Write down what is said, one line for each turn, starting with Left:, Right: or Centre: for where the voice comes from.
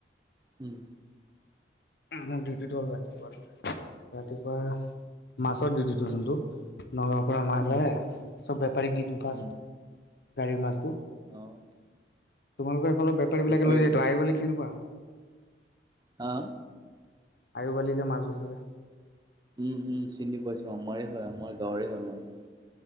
Right: উম।
Left: মোৰ ডিউটিটো হ'ল ৰাতিপুৱাৰ ৰাতিপুৱা মাছৰ ডিউটিটো যোনটো নগাঁৱৰ পৰা মাছ
Right: উম,
Left: আহে, চব বেপাৰীক দি দিওঁ ফাষ্ট
Right: উম,
Left: গাড়ীৰ মাছতো,
Right: অ',
Left: তোমালোকৰ এইফালৰ বেপাৰী
Right: বেপাৰীক
Left: বিলাকে লৈ যাইটো
Right: দিয়ে।
Left: আই বলিক চিনি পোৱা?
Right: আ?
Left: আয়ু বালি যে মাছ বেছে যে
Right: উম- উম চিনি পাইছো, আমাৰে হয় আমাৰ গাঁৱৰে হয় মানে